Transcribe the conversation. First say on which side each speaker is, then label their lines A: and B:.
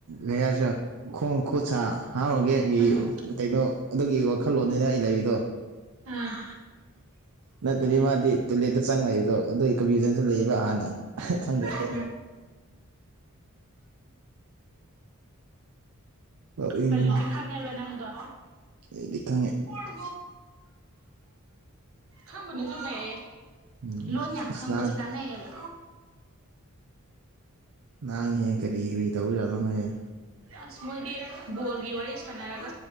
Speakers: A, on the right; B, on the right.
A: ꯀꯩ ꯍꯥꯏꯁꯤꯔ ꯈꯣꯡ ꯈꯨꯠ ꯁꯥ ꯍꯥꯝꯂꯨꯒꯦ ꯑꯩꯒꯤ
B: ꯎꯝ
A: ꯀꯩꯅꯣ ꯑꯗꯨꯒꯤ ꯋꯥꯈꯜꯂꯣꯟꯅꯤꯅ ꯑꯩ ꯂꯩꯌꯤꯗꯣ
B: ꯑꯥ
A: ꯅꯠꯇꯕꯤ ꯃꯥꯗꯤ ꯇꯣꯏꯂꯦꯠꯇ ꯆꯪꯂꯩꯏꯕꯗꯣ ꯑꯗꯨꯒꯤ ꯀꯝ ꯔꯤꯖꯟꯁꯨ ꯂꯩꯕ ꯍꯥꯟꯅ ꯈꯪꯗ
B: <unintelligible>
A: ꯅꯣꯛꯅꯤꯡꯕꯅꯤ
B: ꯍꯧꯖꯤꯛꯇꯤ ꯈꯪꯉꯦꯕ ꯅꯪꯗꯣ
A: ꯑꯩꯗꯤ ꯈꯪꯉꯦ
B: ꯎꯝ ꯈꯪꯕꯅꯁꯨ ꯐꯩꯌꯦ
A: ꯎꯝ
B: ꯂꯣꯟ ꯌꯥꯝ
A: ꯑꯁ
B: ꯈꯪꯕꯁꯦ
A: ꯂꯥꯡ
B: ꯀꯥꯟꯅꯩꯌꯦꯕ
A: ꯅꯪꯉ‌ꯦ ꯀꯔꯤ ꯀꯔꯤ ꯇꯧꯕꯖꯥꯠꯂ‌ꯣ ꯅ‌ꯣꯏꯁ‌ꯦ
B: ꯑꯁ ꯃꯣꯏꯗꯤ ꯕꯣꯜꯒꯤ ꯋꯥꯔꯤ ꯁꯥꯟꯅꯔꯒ